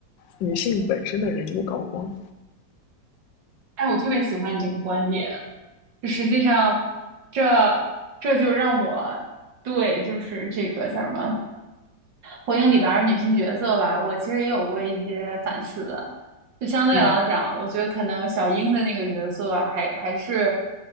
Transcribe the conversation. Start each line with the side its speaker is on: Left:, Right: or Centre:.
Left: 女性本身的人物高光。
Right: 哎，我特别喜欢你这个观点，就实际上这这就让我对就是这个叫什么火影》里边儿女性角色吧，我其实也有过一些反思。就相对来讲，
Left: 嗯，
Right: 我觉得可能小樱的那个角色还还是